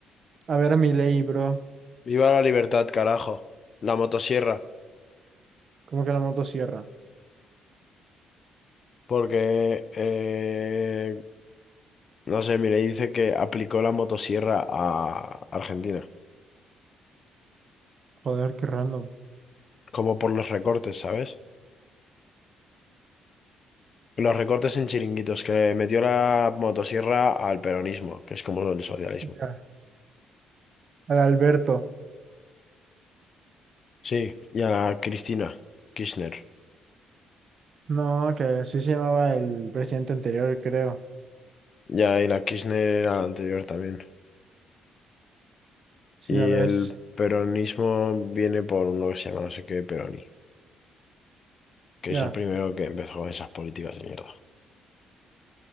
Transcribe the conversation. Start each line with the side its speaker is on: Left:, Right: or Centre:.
Right: A ver a Milei, bro.
Left: Viva la libertad, carajo. La motosierra.
Right: Como que la motosierra.
Left: Porque, eh, no sé, mire, dice que aplicó la motosierra a Argentina.
Right: Joder, qué random.
Left: Como por los recortes, ¿sabes? Los recortes en chiringuitos, que metió la motosierra al peronismo, que es como el socialismo.
Right: Ya. Al Alberto.
Left: Sí, y a la Cristina Kirchner.
Right: No, que sí se llamaba el presidente anterior, creo.
Left: Ya, y la Kirchner era la anterior también.
Right: Sí,
Left: Y
Right: ya ves.
Left: el peronismo viene por uno que se llama no sé qué Peroni, que
Right: Ya.
Left: es el primero que empezó con esas políticas de mierda.